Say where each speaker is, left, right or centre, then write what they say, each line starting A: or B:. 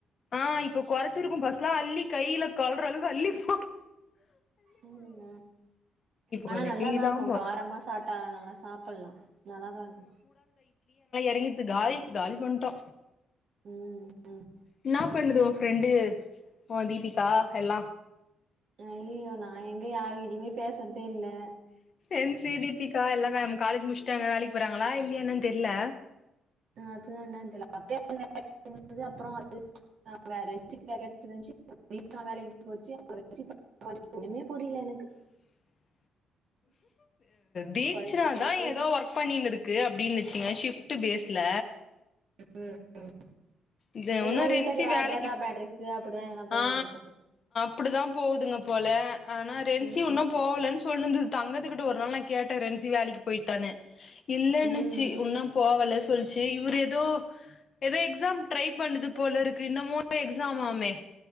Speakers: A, on the left (about 50°); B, on the right (about 60°).
A: ஆ இப்ப கொறச்சிருக்கோ ஃபஸ் ட் எல்லா அள்ளி கைல கொல்ற அளவுக்கு அள்ளி போ
B: ம் நா ஆனா
A: கொஞ்ச
B: நல்லாதா
A: கிள்ளிதா
B: இருக்கு
A: போறோ
B: காரமா சாப்ட்டா நல்லா சாப்பில்லா நல்லாதா இருக்கு
A: கெட் காலி காலி பண்ட்டோ
B: ம் ம்
A: என்னா பண்ணுது உன் ஃப்ரெண்டு உன் தீபிகா எல்லா
B: அ இல்லயோ நா எங்க யாருகிட்டயுமே பேசறதே இல்ல
A: என் சி தீபிகா எல்லா காலேஜ் முச்சிட்டாங்க வேலைக்கு போறாங்ளா இல்லையா என்னனு தெர்ல
B: அ அதுதான் <inaudible> <inaudible> <unintelligible> ஒண்ணுமே புரில எனக்கு
A: <inaudible> தீக்ஷ்றாதா
B: கொழப்பி கொழப்பி
A: எதோ ஒர்க் பண்ணிருந் க்கு அப்டின்னுச்சுங்க ஷிஃப்ட் பேஸ்ல
B: ம் ம்
A: இது
B: எதனா
A: ஒன்னு
B: இன்டகரா
A: ரென்சி வேலைக்கு
B: டேட்டா பேட்டரீஸ் அப்டிதா எதனா போயினு
A: ஆ
B: இருக்கு
A: அப்டிதா போகுதுங் போல ஆனா ரென்சி
B: ம்
A: இன்னு போகலன்னு சொல்லுந்துது தங்கத்துகிட்ட ஒரு நாள் நா கேட்டேன் ரென்சி வேலைக்கு போய்ட்டானு இல்லன்னுச்சு
B: ம் ம்
A: இன்னு போவல சொல்ச்சு இவுர் எதோ எதோ எக்ஸாம் ட்ரை பண்ணுது போலருக்கு என்னமோ எக்ஸாமாமே